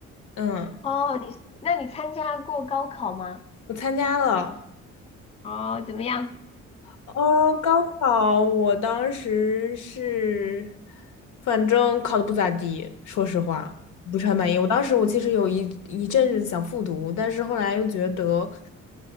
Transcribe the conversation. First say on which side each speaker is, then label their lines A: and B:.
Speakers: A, on the left; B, on the left.
A: 嗯，
B: 哦，你那你参加过高考吗？
A: 我参加了。
B: 哦，怎么样？
A: 哦，高考我当时是，反正考的不咋地，说实话不是很满意。我当时我其实有一一阵子想复读，但是后来又觉得，